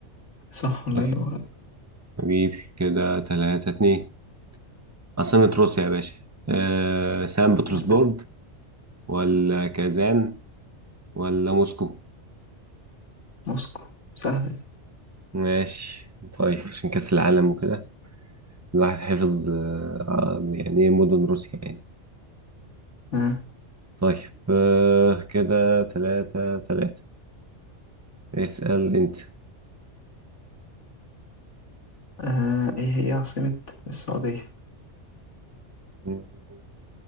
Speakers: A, on the left; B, on the right.
A: صح، الله
B: طيب
A: ينور عليك
B: حبيبي كده تلاتة اتنين عاصمة روسيا يا باشا آه سان
A: سهل
B: بطرسبرج
A: ده
B: ولا كازان ولا موسكو
A: موسكو سهل ده
B: ماشي طيب عشان كأس العالم وكده الواحد حفظ آه، آه، يعني إيه مدن روسيا يعني
A: آه.
B: طيب آه، كده تلاتة تلاتة اسأل أنت
A: آه. إيه هي عاصمة السعودية
B: مم،